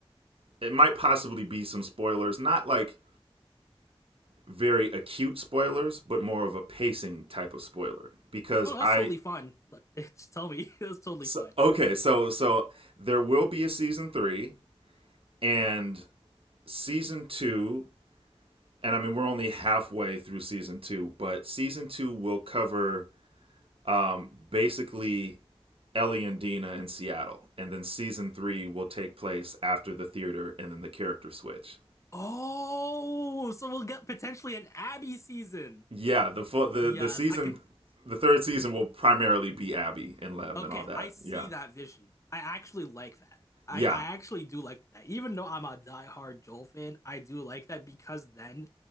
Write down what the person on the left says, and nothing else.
Oh, that's
totally fine. Like, <laughs> just tell me, <laughs> that's totally
fine.
Oh, so we'll get potentially an Abby season.
Yes,
I can.
Okay,
I see
that vision. I actually like that. I,
I actually do like that. Even though I'm a diehard Joel fan, I do like that because then